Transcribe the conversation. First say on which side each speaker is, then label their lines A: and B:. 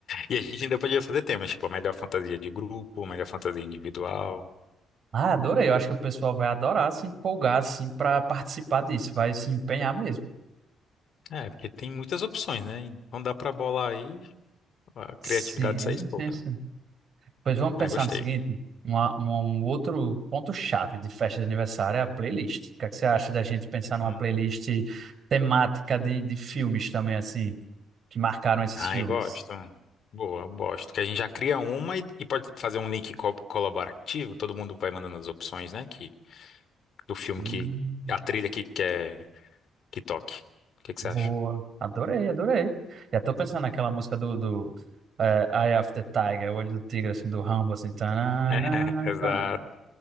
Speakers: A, on the left (about 60°); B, on the right (about 55°).
A: E a gente ainda podia fazer temas, tipo a melhor fantasia de grupo, a melhor fantasia individual.
B: Ah, adorei. Eu acho que o pessoal vai adorar se empolgar, assim, para participar disso. Vai se empenhar mesmo.
A: É, porque tem muitas opções, né? Então dá pra bolar aí, a criatividade
B: Sim,
A: sai solta.
B: <laughs> sim, sim. Pois vamos pensar
A: Ah, gostei.
B: no seguinte: uma- uma- um outro ponto-chave de festa de aniversário é a playlist. O que é que você acha da gente pensar numa
A: Hum.
B: playlist temática de, de filmes também, assim, que marcaram esses
A: Ai,
B: filmes?
A: gosto. Boa, eu gosto. Que a gente já cria uma e, e pode fazer um link co- colaborativo. Todo mundo vai mandando as opções, né? Que, do filme
B: Hum,
A: que a trilha que quer que toque. O que que
B: boa.
A: você acha?
B: Adorei, adorei. Já tô pensando naquela música do, do eh, Eye of the Tiger, Olho do Tigre, assim, do Rambo, assim. tanana,
A: <laughs> Exato.
B: pam.